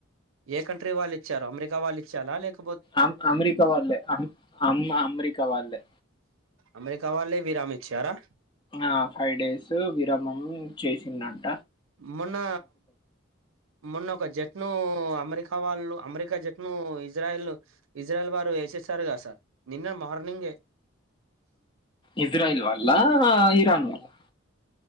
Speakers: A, on the right (about 80°); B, on the left (about 25°).
A: ఏ కంట్రీ వాళ్ళు ఇచ్చారు అమెరికా వాళ్ళు ఇచ్చారా లేక
B: అమ్ అమెరికా వాళ్ళే అమ్ అమ్మ అమెరికా వాళ్ళే
A: అమెరికా వాళ్ళే విరామ్ ఇచ్చారా
B: ఆ ఫైవ్ డేస్ విరామ్ మమ్మీ చేసిందాన్
A: మొన్న మొన్న ఒక జ జట్లు అమెరికా వాళ్ళు అమెరికా జట్లును ఇజ్రాయల్ ఇజ్రాయల్ వారు యెసేసారుగా సార్ నిన్న మార్నింగే
B: ఇజ్రాయిల్ వాళ్ళా ఇరాన్ వాళ్ళా